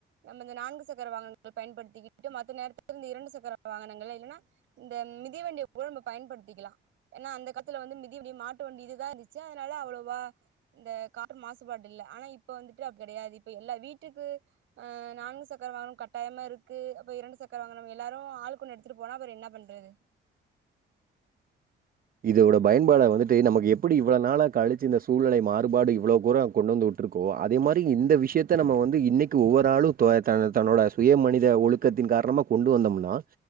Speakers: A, on the right; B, on the right.
A: நம்ம இந்த நான்கு சக்கர வாகனங்கள் பயன்படுத்திக்கிட்டு மத்த நேரத்துல இருந்து இரண்டு சக்கர வாகனங்கள இல்னா இந்த மிதிவண்டியவோ பயன்படுத்திக்கலா ஏனா அந்த கலத்துல வந்து மிதிவண்டி மாட்டு வண்டி இது ஏறுனுச்சு அதுனால அவ்வளோவா இந்த கார் மாசுபாடு இல்ல ஆனா இப்ப வந்துட்டு அப் கடையாது இப்ப எல்லா வீட்டுக்கு ஆ நான்கு சக்கர வாகனம் கட்டாயமா இருக்கு அப்ப இரண்டு சக்கர வாகனம் எல்லாரு ஆளுக்கொன்னு எடுத்துட்டு போனா பெற என்னா பண்றது
B: இதோட பயன்பாட வந்துட்டு நமக்கு எப்பிடி இவ்வளோ நாளா கழிச்சு இந்த சூழ்நலை மாறுபாடு இவ்ளோ கூரோ கொண்டு வந்து விட்டுருக்கோ அதே மாரி இந்த விஷியத்த நம்ம வந்து இன்னைக் கு ஒவ்வொரு ஆளு க்ள தன்னு தன்னோட சுய மனித ஒழுக்கத்தின் காரணமா கொண்டு வந்தோம்னா